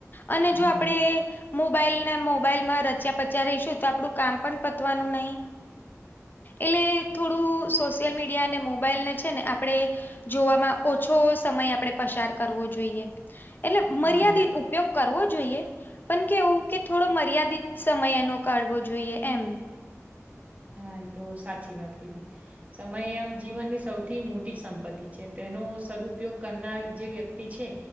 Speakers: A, on the left; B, on the right.
A: અને
B: હા
A: જો આપડે મોબાઈલને મોબાઈલમાં રચ્યા પચ્યા રહીશું તો આપડું કામ પણ પતવાનું નહિં. એટલે થોડું સોશિયલ મીડિયા અને મોબાઈલને છે ને આપણે જોવામાં ઓછો સમય આપણેે પસાર કરવો જોઈએ, એટલે મર્યાદિત
B: હા એ તો
A: ઉપયોગ કરવો જોઈએ, પણ કેવું કે થોડો મર્યાદિત સમય એનો કાઢવો જોઈએ એમ.
B: હા, એ તો સાચી વાત કીધી. સમય આમ જીવનની સૌથી મોટી સંપત્તિ છે. તેનો સદઉપયોગ કરનાર જે વ્યક્તિ છે.